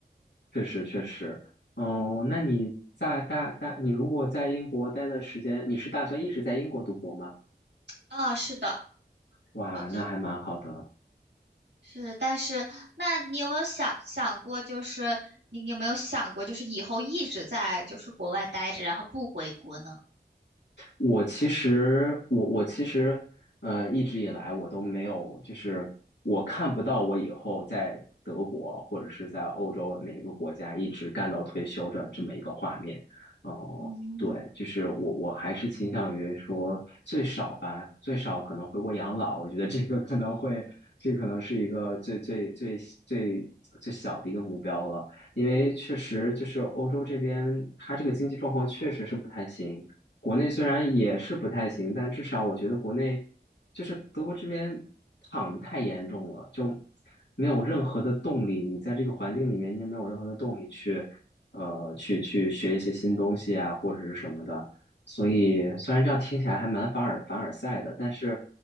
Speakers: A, on the left (about 90°); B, on the right (about 80°).
A: 确实确实，哦，那你在大大你如果在英国待的时间，你是打算一直在英国读博吗？
B: 啊，是的，
A: 哇，
B: 我就。
A: 那还蛮好的。
B: 是，但是那你有没有想想过，就是你有没有想过，就是以后一直在就是国外待着，然后不回国呢？
A: 我其实，我我其实，呃，一直以来我都没有，就是我看不到我以后在德国或者是在欧洲哪个国家一直干到退休的这么一个画面。哦、
B: 嗯。
A: 对，就是我我还是倾向于说最少吧，最少可能回国养老。我觉得这个可能会，这可能是一个最最最最最小的一个目标了。因为确实就是欧洲这边，它这个经济状况确实是不太行。国内虽然也是不太行，但至少我觉得国内就是德国这边躺的太严重了，就没有任何的动力。你在这个环境里面，你也没有任何的动力去，呃，去去学一些新东西啊，或者是什么的。所以虽然这样听起来还蛮凡尔凡尔赛的，但是